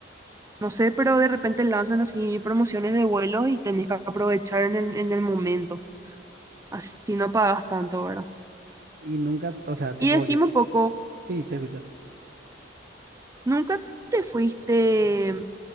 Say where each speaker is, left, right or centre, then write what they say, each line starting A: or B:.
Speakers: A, on the right (about 20°); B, on the right (about 60°).
A: No sé, pero de repente lanzan así promociones de vuelo y tenés que aprovechar en el, en el momento. Así no pagas tanto, ¿verdad?
B: Y nunca, o sea, tipo,
A: Y decime
B: yo,
A: un poco,
B: sí, te escucho.
A: ¿nunca te fuiste?